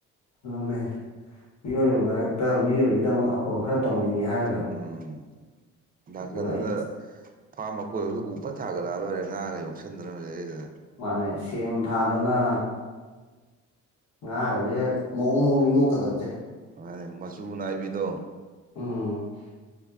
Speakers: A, on the left; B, on the right.
A: ꯑꯗꯨꯅꯦ ꯃꯤꯑꯣꯏꯕ ꯃꯔꯛꯇ ꯃꯤꯑꯣꯏꯕꯒꯤꯗꯃꯛ ꯑꯐꯕ ꯈꯔ ꯇꯧꯅꯤꯡꯉꯦ ꯍꯥꯏꯔꯒ
B: ꯎꯝ ꯅꯥꯀꯟꯗꯨꯗ
A: ꯑꯗꯨꯒ ꯑꯩ
B: ꯐꯥꯝ ꯑꯀꯣꯏꯕꯗ ꯎ ꯐꯠ ꯊꯥꯒꯠꯂꯛꯑ ꯂꯣꯏꯔꯦ ꯉꯥꯒ ꯌꯣꯛꯁꯟꯗꯅ ꯃꯁꯤꯗꯩꯁꯤꯗ
A: ꯃꯥꯅꯦ ꯁꯦꯝ ꯊꯥꯗꯅ ꯉꯥꯒꯁꯦ ꯃꯑꯣꯡ ꯃꯧꯅ ꯌꯣꯛꯀꯗꯕꯁꯦ
B: ꯃꯥꯅꯦ ꯃꯆꯨ ꯅꯥꯏꯕꯤꯗꯣ
A: ꯎꯝ